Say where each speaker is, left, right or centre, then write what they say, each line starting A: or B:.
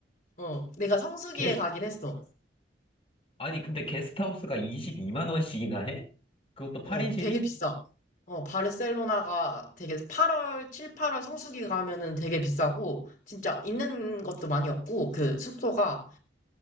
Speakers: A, on the left; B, on the left.
A: 어, 어. 내가 성수기에
B: 게스,
A: 가긴 했어.
B: 아니, 근데 게스트하우스가 22만 원씩이나 해? 그것도 파인실이
A: 어, 되게 비싸. 어, 바르셀로나가 되게 8월, 7, 8월 성수기 가면은 되게 비싸고, 진짜 있는 것도 많이 없고, 그 숙소가